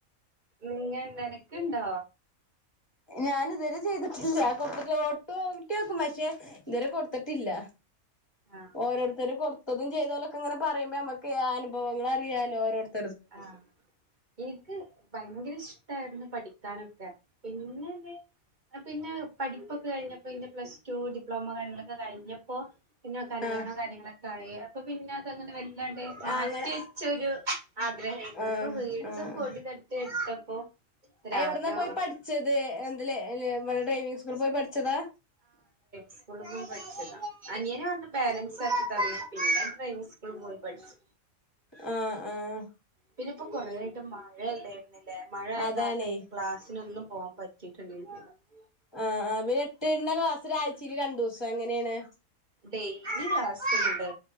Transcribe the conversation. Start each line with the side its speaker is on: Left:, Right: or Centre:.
Right: നിങ്ങ നിനക്കുണ്ടോ
Left: ഞാന് ഇതുവരെ ചെയ്തിട്ടില്ല <unintelligible> ഓട്ടോ ട്ടി ഓക്കും പക്ഷെ ഇതുവരെ കൊടുത്തിട്ടില്ല
Right: ആഹ്
Left: ഓരോരുത്തര് കൊടുത്തതും ചെയ്തോലൊക്കെ ഇങ്ങനെ പറയുമ്പം നമ്മക്കെയ് അനുഭവങ്ങൾ അറിയാലോ ഓരോരുത്ത
Right: ആ ഇനിക്ക് ഭയങ്കര ഇഷ്ടായിരുന്നു പഠി ക്കാനൊക്കെ പിന്നെത് പിന്നെ പഠി പ്പൊക്കെ കഴിഞ്ഞപ്പം ഇന്റെ പ്ലസ് ടു ഡിപ്ലോമ കാര്യങ്ങളൊക്കെ കഴിഞ്ഞപ്പോ പിന്നെ കല്യാണം
Left: ആഹ്
Right: കാര്യങ്ങളൊക്കെ ക്കായി അപ്പൊ പിന്നെ അതങ്ങനെ വെല്ലണ്ട് മാറ്റിവെച്ചൊരു
Left: ആ അങ്ങനെ
Right: ആഗ്രഹായിരുന്നു
Left: ആഹ്
Right: ഇപ്പം വീണ്ടും
Left: ആഹ്
Right: പൊടി തട്ടി എടുത്തപ്പോ ഒരാഗ്രഹം
Left: ആ എവിട്ന്നാ പോയി പഠിച്ചത് എന്ത്ലേ ലെ ഇവിടെ ഡ്രൈവിങ് സ്കൂളില് പോയി പഠിച്ചതാ?
Right: സ്കൂള് പോയി പഠിച്ചതാ അനിയനൊന്ന് ബാലൻസ് ആക്കി തന്ന് പിന്നെ ഡ്രൈവിങ് സ്കൂളി പോയി പഠിച്ചു
Left: ആഹ് ആഹ്
Right: പിന്നെ ഇപ്പം കൊറേ ആയിട്ടും മഴയല്ലായിരുന്നില്ലേ മഴആയ
Left: അതാണേ
Right: കാരണം ൻക്ക്‌ ക്ലാസിനൊന്നും പോവാൻ പറ്റിട്ടുണ്ടാ <unintelligible>
Left: ആഹ് ആ പിന്നെ എട്ട്ട്ണ ക്ലാസ് ആഴ്ച്ചയില് രണ്ടൂസം എങ്ങനേണ്
Right: ഡേയ്ലി ക്ലാസുണ്ട്